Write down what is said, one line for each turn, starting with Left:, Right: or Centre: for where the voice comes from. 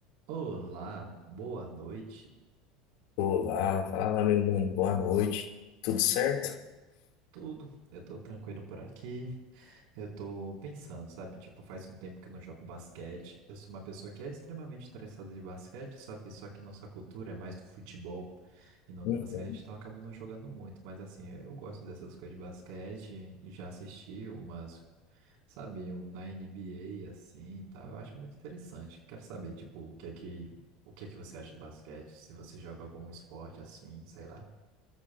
Right: Olá, boa noite.
Left: Olá, fala meu mano, boa noite. Tudo certo?
Right: Tudo, eu tô tranquilo por aqui. Eu tô pensando, sabe? Tipo, faz um tempo que eu não jogo basquete. Eu sou uma pessoa que é extremamente interessada de basquete, sabe? Só que nossa cultura é mais do futebol e não
Left: Uhum.
Right: do basquete, então eu acabo não jogando muito. Mas assim, eu gosto dessas coisas de basquete. Já assisti umas, sabe, um na NBA assim e tal. Eu acho muito interessante. Quero saber, tipo, o que é que, o que é que você acha de basquete? Se você joga algum esporte assim, sei lá.